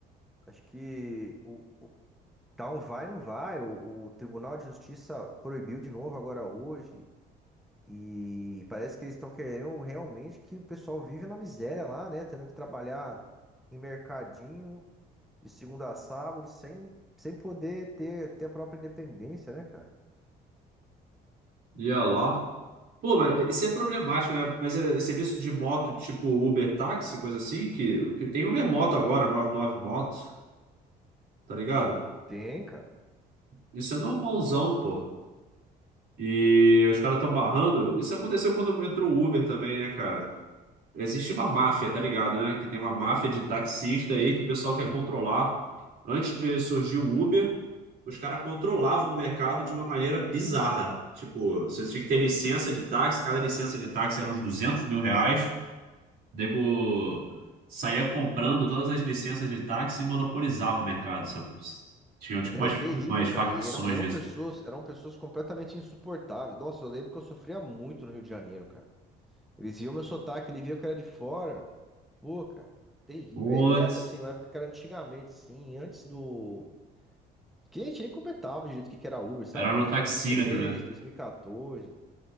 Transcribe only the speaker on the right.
E olha lá. Pô, mas isso é problemático, né? Mas é, é serviço de moto tipo Uber táxi, coisa assim, que, que tem Uber moto agora, 99 moto, tá ligado?
Isso é normalzão, pô. E os caras estão barrando. Isso aconteceu quando entrou o Uber também, né, cara? Existe uma máfia, tá ligado, né? Que tem uma máfia de taxista aí que o pessoal quer controlar. Antes de surgir o Uber, os caras controlavam o mercado de uma maneira bizarra. Tipo, você tinha que ter licença de táxi, cada licença de táxi era uns 200 mil reais. O Nego saía comprando todas as licenças de táxi e monopolizava o mercado, sabe? Tinha tipo
umas,
umas
facções
disso.
Putz,
era
no taxímetro, né?